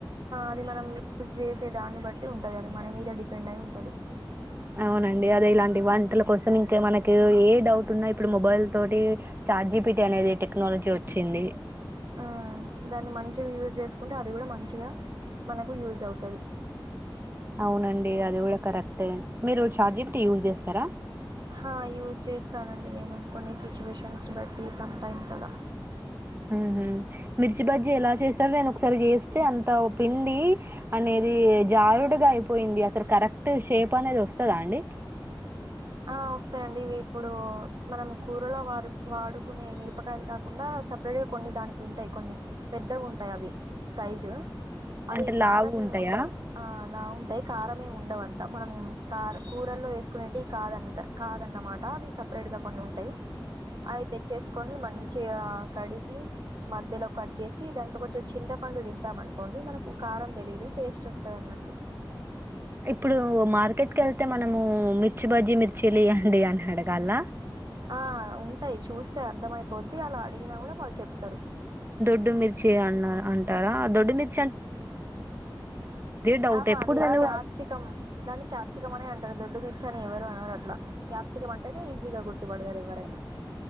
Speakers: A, on the right (about 55°); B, on the right (about 30°).
A: అది మనం యూజ్ చేసే దాన్ని బట్టి ఉంటది అది మన మీద డిపెండ్ అయి ఉంటది
B: అవునండి అదే ఇలాంటి వంటల కోసం ఇంకా మనకి ఏ డౌట్ ఉన్నా ఇప్పుడు మొబైల్ తోటి చార్జిపిటీ అనేది టెక్నాలజీ వచ్చింది
A: ఆ దాన్ని మంచిగా యూజ్ చేసుకుంటే అది కూడా మంచిగా మనకు యూజ్ అవుతది
B: అవునండి అది కూడా కరెక్ట్ మీరు చార్జిపిటీ యూజ్ చేస్తారా
A: హ యూజ్ చేస్తానండి నేను కొన్ని స్విచవేషన్స్ బట్టి సమ్ టైమ్స్ అలా
B: ఉహు మిర్చి బజ్జీ ఎలా చేస్తారు నేను ఒకసారి చేస్తే అంతా పిండి అనేది కి జారుడుగా అయిపోయింది అసలు కరెక్ట్ షేప్ అనేది వస్తదా అండి
A: ఆ వస్తాయండి ఇవి ఇప్పుడు మనం కూరలో వాడు వాడుకునే మిరపకాయలు కాకుండా సపరేట్ గా కొన్ని దానికి ఉంటాయి కొన్ని పెద్దగా ఉంటాయి అవి సైజు అవి
B: అంటే లావుగుంటయా?
A: కారం ఏం ఉండవు ఆ లావు ఉంటాయి కారం ఏం ఉండవు అం తమన్ కార్ కూరల్లో వేసుకునేటి కాదు అంట కాదన్నమాట అవి సపరేట్ గా కొన్ని ఉంటాయి అవి తెచ్చేసుకొని మంచిగా కడిగి మధ్యలో కట్ చేసి దాంట్లో కొంచెం చింతపండు రింపం అనుకోండి మనకు కారం తెలియదు టేస్ట్ వసు సర్ నట్టు
B: ఇప్పుడు మార్కెట్ కు వెళ్తే మనము మిర్చి బజ్జి మిర్చిలు ఇయ్యండి అని అడగాల
A: ఆ ఉంటాయి చూస్తే అర్థంమయిపోద్ది అలా అడిగినా కూడా వాళ్ళు చెప్తారు
B: దొడ్డుమిర్చి అన్న అంటారా ఆ దొడ్డుమిర్ డౌట్.
A: ఆహా
B: ఎప్పుడు
A: అది
B: నేను
A: క్యాప్సికం దాని క్యాప్సికం అనే అంటారు దొడ్డు మీ చని ఎవరు అనారు అట్లా క్యాప్సికం అంటేనే ఈజీగా గుర్తుపడతారు ఎవరైనా